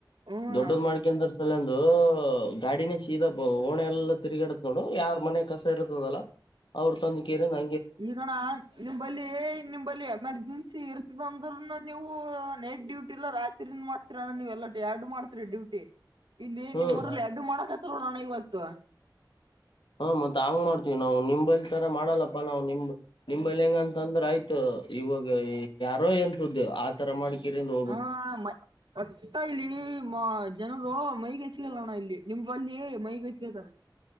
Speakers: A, on the right; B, on the left.
A: ಹೂ
B: ದೊಡ್ಡದ್
A: ಅಣ್ಣ
B: ಮಾಡಕಡ್ <unintelligible> ಲ್ಲಂದು ಗಾಡಿನ ಚೀದ ಓಣ ಎಲ್ಲ ತಿರುಗಾಡತ್ ನೋಡು ಯಾರ್ ಮನೆ ಕಸ ಇರುತ್ತದಲ್ಲ. ಅವ್ರು ತಂದ ಕೇರೆ ನ
A: ಈಗಣ ನಿಂಬಲ್ಲಿ ನಿಂಬಲ್ಲೀ ಯಮರ್ಜೆನ್ಸಿ ಇರ್ತದ ಅಂದ್ರುನು ನೀವು ನೈಟ್ ಡ್ಯೂಟಿ ಇಲ್ಲ ರ ಮಾಡ್ತೀರಣ ನೀ ಎಲ್ಲ ಎರಡ್ ಮಾಡ್ತೀರಿ ಡ್ಯೂಟಿ ಇಲ್ಲಿ
B: ಹ್ಮ್
A: ನಿಮ್ಮ್ಊರಲ್ಲಿ ಎರಡು ಮಾಡಕ್ ನೋಡೋಣ ಇವತ್ತು.
B: ಹ್ಮ ಮತ್ತ್ ಹಂಗ್ ಮಾಡ್ತೀವಿ ನಾವು ನಿಂಬಲ್ ತರ ಮಾಡಲ್ಲ. <unintelligible> ಪ್ಪ ನಾವು ನಿಮ್ ನಿಂಬಲ್ಲಿ ಹೆಂಗ ಅಂತ ಅಂದ್ರೆ ಆಯ್ತು ಇವಾಗ ಯಾರೋ <unintelligible> <unintelligible> ತರ ಮಾಡ್ಕೀರಿಂದು.
A: ಹ ಮ ವಟ್ಟ ಇಲ್ಲಿ ಮ ಜನರು ಮೈಗೆ ಹೆಚ್ಕಲ್ಲಣ್ಣ ಇಲ್ಲಿ ನಿಮ್ ಅಲ್ಲಿಯ ಮೈಗೆ ಹಚ್ಕಳ್ತಾರೆ.